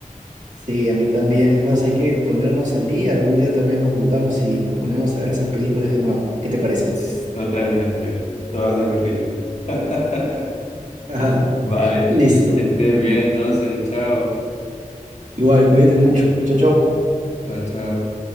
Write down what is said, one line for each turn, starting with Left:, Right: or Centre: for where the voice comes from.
Right: Sí, a mí también. Es más, hay que ponernos al día. Algún día tal vez nos juntamos y nos ponemos a ver esas películas de nuevo. ¿Qué te parece?
Left: <laughs> Totalmente, todas de corrido. <laughs>
Right: <laughs>
Left: Vale,
Right: Listo.
Left: que estén bien entonces, chao,
Right: Igual, cuídate mucho. Chao, chao.
Left: chao, chao.